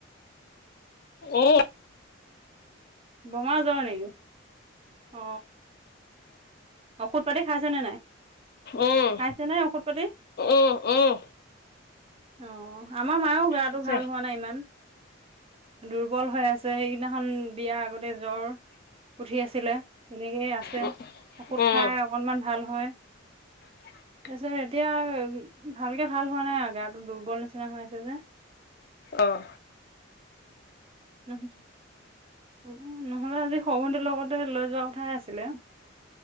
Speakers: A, on the left (about 50°); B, on the right (about 30°).
A: অ <unintelligible>
B: বমাৰ জ্বৰ নেকি অ ঔষধ পাতি খাইছে নে নাই?
A: উম
B: খাইছে নে ঔষধ পাতি
A: উম উম।
B: অ আমাৰ মাৰো গাটো
A: আছে
B: ভাল হোৱা নাই ইমান দুৰ্বল হৈ আছে। আছে সেইদিনাখন বিয়া আগতে জ্বৰ উঠি আছিলে তেনেকেই আছে।
A: উম
B: ঔষধ
A: উম
B: খাই অকণমান ভাল হয়।
A: <unintelligible>
B: তাৰপিছত এতিয়া ভালকে ভাল হোৱা নাই আৰু গাটো দুৰ্বল নিচিনা হৈ আছে যে।
A: আহ।
B: উম হ। নহ'লে আজি সৰুভটিৰ লগতে লৈ যোৱা কথাইে আছিলে।